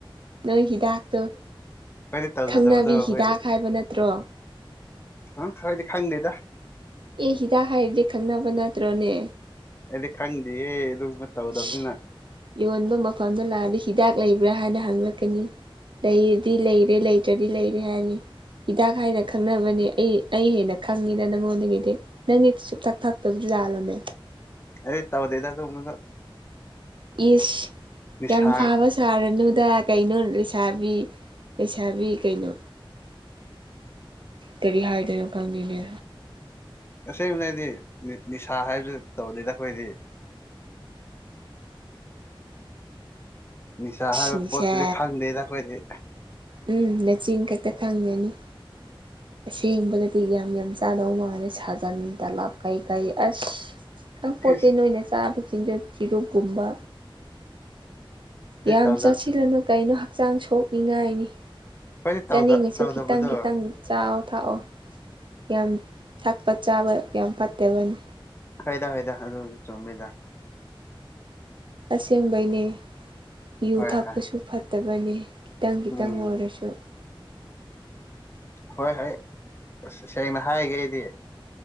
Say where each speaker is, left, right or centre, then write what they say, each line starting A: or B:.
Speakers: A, on the right; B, on the left.
A: ꯅꯣꯏ ꯍꯤꯗꯥꯛꯇꯣ
B: ꯑꯩꯈꯣꯏꯗꯤ ꯇꯧꯖꯗꯕꯗꯣ
A: ꯈꯪꯅꯕꯤ
B: ꯑꯩꯈꯣꯏꯗꯤ
A: ꯍꯤꯗꯥꯛ ꯍꯥꯏꯕ ꯅꯠꯇ꯭ꯔꯣ
B: ꯑꯪ ꯈꯪꯗꯤ ꯈꯪꯗꯦꯗ
A: ꯑꯦ ꯍꯤꯗꯥꯛ ꯍꯥꯏꯔꯗꯤ ꯈꯪꯅꯕ ꯅꯠꯇ꯭ꯔꯣꯅꯦ
B: ꯑꯗꯤ ꯈꯪꯗꯤꯌꯦ ꯗꯨꯃ ꯇꯧꯗꯕꯅꯤꯅ
A: ꯏꯁ ꯌꯣꯟꯕ ꯃꯐꯝꯗ ꯂꯥꯛꯑꯗꯤ ꯍꯤꯗꯥꯛ ꯂꯩꯕ꯭ꯔꯥ ꯍꯥꯏꯅ ꯍꯪꯂꯛꯀꯅꯤ ꯂꯩꯗꯤ ꯂꯩꯔꯦ ꯂꯩꯔꯦ ꯍꯥꯏꯅꯤ ꯍꯤꯗꯥꯛ ꯍꯥꯏꯅ ꯈꯪꯅꯕꯅꯦ ꯑꯩ ꯑꯩ ꯍꯦꯟꯅ ꯈꯪꯉꯤꯗ ꯅꯪꯉꯣꯟ ꯑꯗꯒꯤꯗꯤ ꯅꯪꯒꯤ ꯁꯨ ꯊꯛ ꯊꯥꯛꯇꯕ ꯂꯥꯜꯂꯝꯃꯦ
B: ꯑꯩ ꯇꯧꯗꯦꯗ ꯑꯗꯨꯒꯨꯝꯕꯗꯨ
A: ꯏꯁ
B: ꯅꯤꯁꯥ
A: ꯌꯥꯝ ꯐꯥꯕ ꯁꯥꯔꯅꯨꯗ ꯀꯩꯅꯣ ꯂꯩꯁꯥꯕꯤ ꯂꯩꯩꯁꯥꯕꯤ ꯀꯩꯅꯣ ꯀꯔꯤ ꯍꯥꯏꯗꯣꯏꯅꯣ ꯈꯪꯗꯦꯅꯦ
B: ꯑꯁꯦꯡꯕꯅꯗꯤ ꯅꯤꯁꯥ ꯍꯥꯏꯕꯁꯤ ꯇꯧꯗꯦꯗ ꯑꯩꯈꯣꯏꯗꯤ ꯅꯤꯁꯥ
A: ꯏꯁ
B: ꯍꯥꯏꯕ
A: ꯅꯤꯁꯥ
B: ꯄꯣꯠꯁꯤꯗꯤ ꯈꯪꯗꯦꯗ ꯑꯩꯈꯣꯏꯗꯤ
A: ꯎꯝ ꯅꯆꯤꯟ ꯈꯛꯇ ꯈꯪꯒꯅꯤ ꯑꯁꯦꯡꯕꯗꯗꯤ ꯌꯥꯝ ꯌꯥꯝ ꯆꯥꯗꯧ ꯃꯥꯟꯂꯦ ꯁꯥꯖꯟ ꯇꯂꯥꯞ ꯀꯩ ꯀꯩ ꯑꯁ ꯈꯤꯇꯪ
B: ꯑꯩꯈꯣꯏꯗꯤ
A: ꯄꯣꯇꯦꯟ ꯑꯣꯏꯅ ꯆꯥꯕ ꯆꯤꯟꯖ ꯆꯤꯔꯨꯛꯀꯨꯝꯕ ꯌꯥꯝ
B: ꯇꯧꯗ
A: ꯆꯥꯁꯤꯜꯂꯅꯨ ꯀꯩꯅꯣ ꯍꯛꯆꯥꯡ ꯁꯣꯛꯅꯤꯡꯉꯥꯏꯅꯤ
B: ꯑꯩꯈꯣꯏꯗꯤ
A: ꯆꯅꯤꯡꯉꯁꯨ
B: ꯇꯧꯗ ꯇꯧꯗꯕꯗꯣ
A: ꯈꯤꯇꯪ ꯈꯤꯇꯪ ꯆꯥꯎ ꯊꯥꯛꯑꯣ ꯌꯥꯝ ꯊꯛꯄ ꯆꯥꯕ ꯌꯥꯝ ꯐꯠꯇꯕꯅꯤ
B: ꯍꯣꯏꯗ ꯍꯣꯏꯗ ꯑꯗꯨ ꯆꯨꯝꯃꯤꯗ
A: ꯑꯁꯦꯡꯕꯩꯅꯦ ꯌꯨ
B: ꯍꯣꯏ
A: ꯊꯥꯛꯄꯁꯨ
B: ꯍꯣꯏ
A: ꯐꯠꯇꯕꯅꯤ ꯈꯤꯇꯪ ꯈꯤꯇꯪ
B: ꯎꯝ
A: ꯑꯣꯏꯔꯁꯨ
B: ꯍꯣꯏ ꯍꯣꯏ ꯑꯁ ꯁꯦꯡꯅ ꯍꯥꯏꯒꯦ ꯑꯩꯗꯤ